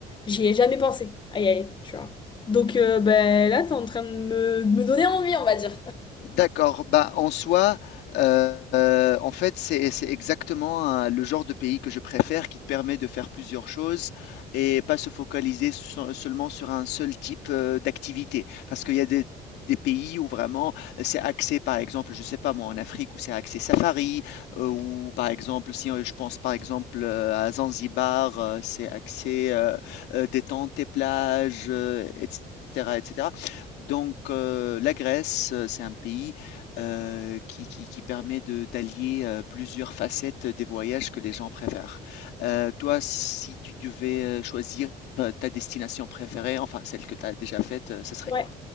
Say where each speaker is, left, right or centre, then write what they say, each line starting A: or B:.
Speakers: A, on the left (about 30°); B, on the left (about 85°).
A: j'y ai jamais pensé à y aller, tu vois. Donc euh, ben là, t'es en train de me, de me donner envie, on va dire.
B: D'accord, bah, en soi, heu, en fait, c'est c'est exactement, hein, le genre de pays que je préfère qui te permet de faire plusieurs choses et pas se focaliser se seulement sur un seul type, heu, d'activité. Parce qu'il y a des des pays où vraiment euh, c'est axé, par exemple, je sais pas moi, en Afrique où c'est axé safari, heu, ou par exemple si, heu, je pense par exemple, heu, à Zanzibar, heu, c'est axé, heu heu, détente et plage, heu, et cetera, et cetera. Donc, heu, la Grèce, heu, c'est un pays, heu, qui qui qui permet de d'allier, heu, plusieurs facettes des voyages que les gens préfèrent. Heu, toi, si tu devais, heu, choisir, heu, ta destination préférée, enfin celle que tu as déjà faite, heu, ce serait
A: Ouais.
B: quoi?